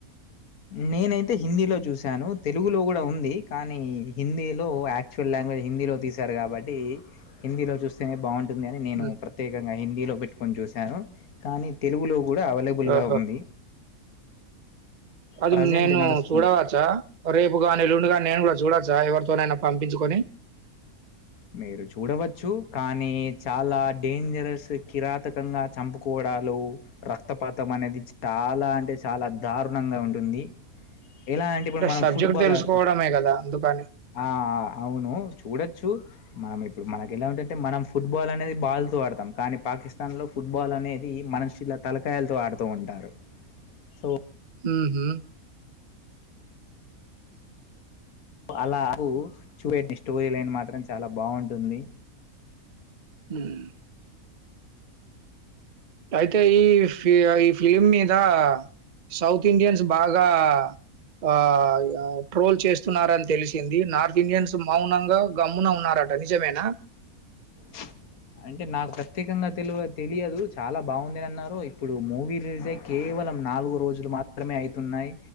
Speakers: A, on the left (about 75°); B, on the right (about 40°).
A: నేనైతే హిందీలో చూశాను తెలుగులో కూడా ఉంది కానీ హిందీలో యాక్చువల్ లాంగ్వేజ్ హిందీలో తీసారు కాబట్టి హిందీలో చూస్తేనే బాంవు ని నేను
B: హ్మ్.
A: ప్రత్యేకంగా హిందలో పెట్టుకోని చూశాను కానీ తెలుగులో కూడా అవైలబుల్
B: ఓహో!
A: గా ఉంది
B: అది
A: ప్రజెంట్
B: నేను
A: నడుస్తుంది.
B: చూడవచ్చా రేపుగా ఎల్లుండిగాని నేను కూడా చూడచ్చా ఎవరితోనైనా పంపించుకొని
A: మీరు చూడవచ్చు కానీ చాలా డేంజరస్ కిరాతకంగా చంపుకోవడం ఆలు రక్తపాతం అనేది చాలా అంటే చాలా దారుణంగా ఉంటుంది ఎలా అంటే ఇప్పుడు మనం
B: సబ్జెక్ట్
A: ఫుట్బాల్
B: తెలుసుకోవడమే
A: ఆడుతాం
B: గదా! అందుకని.
A: ఆ అవును చూడొచ్చు మనం ఇప్పుడు మనకి ఎలా ఉంటంటే మనం ఫుట్బాల్ అనేది బాల్తో ఆడతాం కానీ పాకిస్తాన్ లో ఫుట్బాల్ అనేది మనుషుల తలకాయలతో ఆడుతూ ఉంటారు సో
B: ఊహు
A: అలాహూ చూపేటినా స్టోరీ లై మాత్రం చాలా బాగుంటుంది
B: <inaudible> అయితే ఈ ఫీ ఈ ఫిలిమ్ మీద సౌత్ ఇండియన్స్ బాగా ఆ ట్రోల్ చేస్తున్నారని తెలిసింది నార్త్ ఇండియన్స్ మౌనంగా గమ్మున ఉన్నార అట నిజమేనా
A: <inaudible> అంటే నాకు ప్రత్యేకంగా తెలి తెలియదు చాలా బాగుందిని అన్నారు ఇప్పుడు మూవీ రిలీజ్ అయీ కే కేవలం నాలుగు రోజులు మాత్రమే అయితున్నాయి